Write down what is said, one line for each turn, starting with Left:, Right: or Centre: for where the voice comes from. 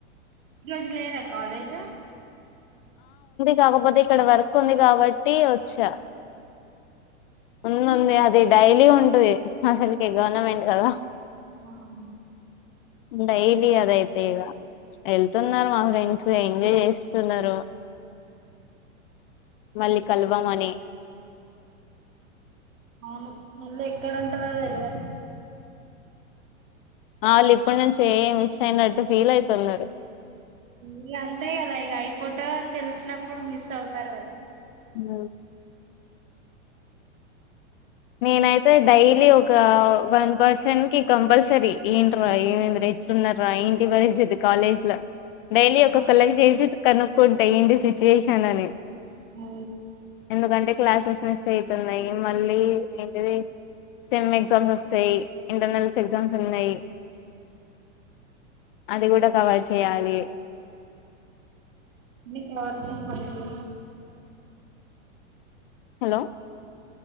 Right: రజలేద కాలజ
Left: కాకకపోతే ఇక్కడ వర్క్ ఉంది కాబట్టి వచ్చా. ఉంది ఉంది అది డైలీ ఉంటది అసలుకి గవర్నమెంట్ కదా.
Right: అవును
Left: డైలీ అదయితే ఇక వెళ్తున్నారు మా ఫ్రెండ్స్ ఎంజాయ్ చేస్తున్నారు మళ్ళీ కలవామని
Right: అవును ముందు ఎక్కడ ఉంటుంరో తెలవదు.
Left: వాళ్ళు ఇప్పుడు నును చె మిస్ అయినట్టు ఫీల్ అయితున్నారు.
Right: ఇ అంతేయి కదా ఇక అయిపోతంద అని తెలిసినప్పుడు మిస్ అవుతారు కదా
Left: ఊ నేనైతే డైలీ ఒక వన్ పర్సన్ కి కంపల్సరీ ఏంట్రా ఏమైంది ఎట్లున్న రా ఏంటి పరిస్థితి కాలేజ్లో డైలీ ఒక
Right: ఆ
Left: కల్ కి చేసి కను కుంట ఏంటి సిచ్యువేషన్ అని
Right: ఒ
Left: ఎందుకంటే క్లాసెస్ మిస్ అయితున్నాయి మళ్ళీ ఏంటిది సెమ్ ఎగ్జామ్స్ వస్తాయి ఇంటర్నల్స్ ఎగ్జామ్స్ ఉన్నాయి అది కూడా కవర్ చేయాలి
Right: నీ ప్లాట్ చూపించు
Left: హలో